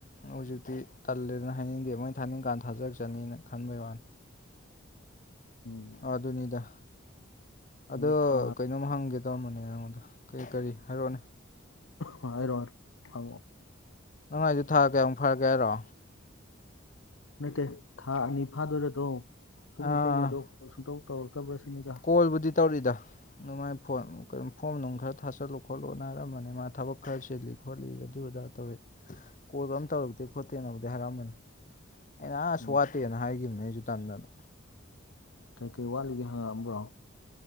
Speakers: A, on the left (about 40°); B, on the left (about 75°).
A: ꯍꯧꯖꯤꯛꯇꯤ ꯇꯜꯂꯦꯗꯅ ꯍꯥꯏꯅꯤꯡꯗꯦ ꯃꯣꯏꯅ ꯊꯥꯅꯤꯡ ꯀꯥꯟꯗ ꯊꯥꯖꯔꯛꯆꯅꯤꯅ ꯈꯟꯕꯩ ꯋꯥꯅꯤ
B: ꯎꯝ
A: ꯑꯗꯨꯅꯤꯗ ꯑꯗꯣ
B: ꯑꯗꯨ ꯊꯥ
A: ꯀꯩꯅꯣꯝ ꯍꯪꯒꯦ ꯇꯧꯔꯝꯕꯅꯦ ꯅꯉꯣꯟꯗ ꯀꯔꯤ ꯀꯔꯤ ꯍꯥꯏꯔꯛꯅꯦ
B: ꯍꯥꯏꯔꯣ ꯐꯥꯉꯣ
A: ꯅꯅꯨꯡꯉꯥꯏꯗꯨ ꯊꯥ ꯀꯌꯥꯃꯨꯛ ꯐꯔꯒꯦ ꯍꯥꯏꯔꯣ
B: ꯅꯇꯦ ꯊꯥ ꯑꯅꯤ ꯐꯥꯗꯣꯏꯔꯗꯣ ꯁꯨꯝ
A: ꯑꯥ
B: ꯏꯇꯃꯗꯣ ꯀꯣꯜ ꯁꯨꯡꯇꯧ ꯇꯧꯔꯛꯇꯕ꯭ꯔꯥ ꯁꯤꯅꯤꯗ
A: ꯀꯣꯜꯕꯨꯗꯤ ꯇꯧꯔꯤꯗ ꯑꯗꯨ ꯃꯥꯏ ꯐ ꯐꯣꯝ ꯅꯨꯡ ꯈꯔ ꯊꯥꯆꯜꯂꯣ ꯈꯣꯠꯂꯣ ꯅꯥꯔꯝꯕꯅꯦ ꯃꯥ ꯊꯕꯛ ꯈꯔ ꯆꯦꯜꯂꯤ ꯈꯣꯂꯤꯒ ꯑꯗꯨ ꯑꯗꯥ ꯇꯧꯋꯦ
B: <unintelligible>
A: ꯀꯣꯜ ꯀꯔꯝ ꯇꯧꯔꯛꯇꯦ ꯈꯣꯠꯇꯦꯅꯕꯨꯗꯤ ꯍꯥꯏꯔꯛꯝꯕꯅꯤ ꯑꯩꯅ ꯑꯁꯨ
B: ꯎꯝ
A: ꯋꯥꯠꯇꯦꯅ ꯍꯥꯏꯈꯤꯕꯅꯦ ꯑꯩꯁꯨ ꯇꯟꯗꯅ
B: ꯀꯩ ꯀꯩ ꯋꯥꯠꯂꯤꯒꯦ ꯍꯪꯉꯛꯑꯝꯕ꯭ꯔꯣ